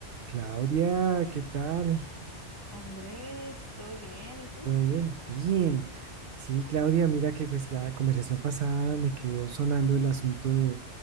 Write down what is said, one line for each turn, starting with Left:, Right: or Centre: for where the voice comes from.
Right: Claudia, ¿qué tal?
Left: Andrés, ¿todo bien? ¿Y tú?
Right: ¿Todo bien? Bien. Sí, Claudia, mira que pues la conversación pasada me quedó sonando el asunto de